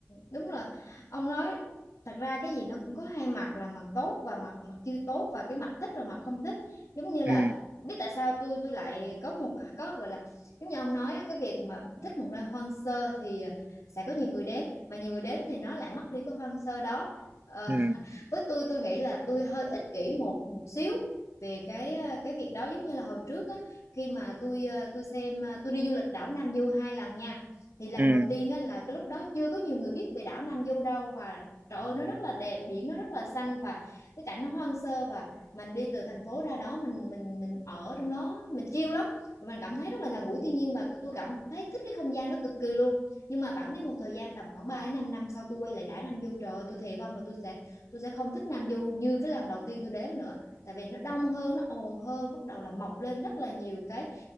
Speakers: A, on the left (about 85°); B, on the right (about 35°).
A: Đúng là ông nói thật ra cái gì nó cũng có hai mặt là mặt tốt và mặt mặt chưa tốt và cái mặt thích và mặt không thích giống như là
B: ừ
A: biết tại sao tôi tôi lại có một có gọi là giống như ông nói á, cái việc mà thích một nơi hoang sơ thì sẽ có nhiều người đến mà nhiều người đến thì nó lại mất đi cái hoang sơ đó Ờ,
B: ừ
A: <laughs> với tôi tôi nghĩ là tôi hơi ích kỷ một một xíu về cái cái việc đó giống như là hồi trước á khi mà tôi ờ, tôi xem ờ, tôi đi du lịch đảo Nam Du hai lần nha thì lần
B: ừ
A: đầu tiên á, là cái lúc đó chưa có nhiều người biết về đảo Nam Du đâu và trời ơi nó rất là đẹp biển nó rất là xanh và cái cảnh nó hoang sơ và mình đi từ thành phố ra đó mình mình mình ở trong đó mình chill lắm và mình cảm thấy rất là gần gũi thiên nhiên và tôi cảm thấy thích cái không gian đó cực kỳ luôn nhưng mà bẵng đi một thời gian tầm khoảng 3 đến 5 năm sau tôi quay lại đảo Nam Du trời ơi tôi thề vong là tôi sẽ tôi sẽ không thích Nam Du như cái lần đầu tiên tôi đến nữa tại vì nó đông hơn nó ồn hơn bắt đầu là mọc lên rất là nhiều cái